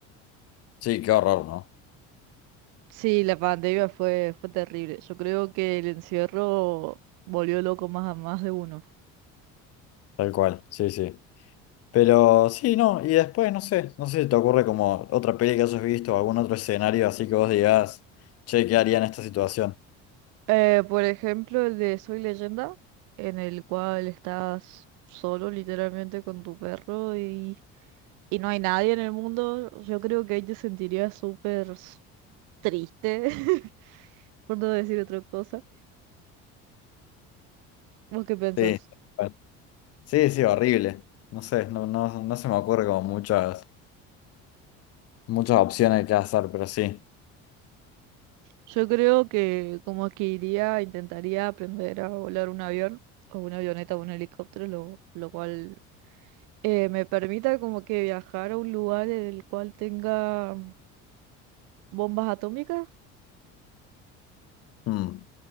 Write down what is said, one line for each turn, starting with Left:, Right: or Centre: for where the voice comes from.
Left: Sí, qué horror, ¿no?
Right: Sí, la pandemia fue, fue terrible. Yo creo que el encierro volvió loco más a más de uno.
Left: Tal cual, sí, sí. Pero sí, no, y después no sé, no sé si te ocurre como otra peli que hayas visto o algún otro escenario así que vos digas, che, ¿qué haría en esta situación?
Right: Eh, por ejemplo, el de Soy Leyenda, en el cual estás solo literalmente con tu perro y, y no hay nadie en el mundo, yo creo que ahí te sentirías súper s- triste, <laughs> por no decir otra cosa. ¿Vos qué pensás?
Left: Sí, bueno, sí, sí, horrible. No sé, no, no, no se me ocurre como muchas, muchas opciones que hacer, pero sí.
Right: Yo creo que como que iría, intentaría aprender a volar un avión o una avioneta o un helicóptero, lo, lo cual eh, me permita como que viajar a un lugar en el cual tenga bombas atómicas
Left: Mm,